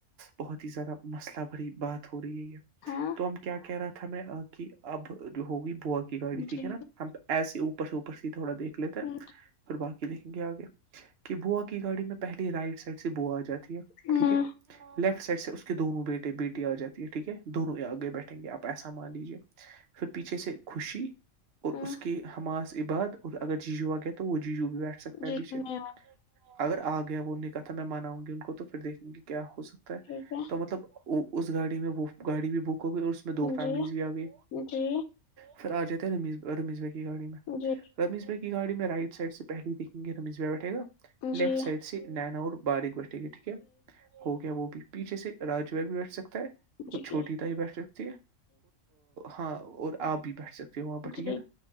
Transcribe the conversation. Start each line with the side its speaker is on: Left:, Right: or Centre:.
Right: بہت ہی زیادہ مسلہ بھری بات ہو رہی ہے
Left: ہاں
Right: تو ہم کیا کہہ رہا کہ اب جو ہوگی بوا کی گاڑی ٹھیک
Left: جی
Right: ہے نا ہم ایسے اوپر سے اوپر سے تھوڑا دیکھ لیتا ہے
Left: جی
Right: پھر باقی دیکھیں گے آگے کہ بوا کی گاڑی میں پہلی رائٹ سائڈ سے بوا آ جاتی ہے
Left: ہوں
Right: ٹھیک ہے لیفٹ سائڈ سے اس کے دونوں بیٹے بیٹی آ جاتی ہے ٹھیک ہے دونوں آگے بیٹھیں گے آپ ایسا مان لیجیے پھر پیچھے سے خوشی اور
Left: ہوں
Right: اس کے حماس بعد اگر جیجو آ گئے تو وہ جیجو بھی بیٹھ سکتے ہے
Left: جی
Right: پیچھے
Left: میں
Right: اگر آ گیا وہ نکا تھا میں مناؤں گی ان کو تو پھر دیکھیں گے کیا ہو سکتا
Left: ٹھیک ہے
Right: تو مطلب وہ اس گاڑی میں وہ گاڑی بھی بک ہو گئی اس میں دو فیملیز
Left: جی
Right: بھی آ گئی
Left: جی
Right: پھر آ جاتے ہیں رمیش رمیش بھائی کی گاڑی میں
Left: جی
Right: رمیش بھائی کی یہ گاڑی میں رائٹ سائڈ سےہلے دیکیں گے رمیشہ بیٹھ گا
Left: جی جی
Right: لیفٹ سائڈ سی نیناور باریک بیٹھے گی ٹھیک ہے ہو گیا وہ بھی پیچے سے راجو بھی بیٹھ سکتا ہے
Left: جی
Right: اور چھوٹی ت بھی بیٹھ سکتی ہے ہاں اور آپ بھی بیٹھ سکتے ہو وہاں پہ ٹھیک
Left: جی جی
Right: ہے نا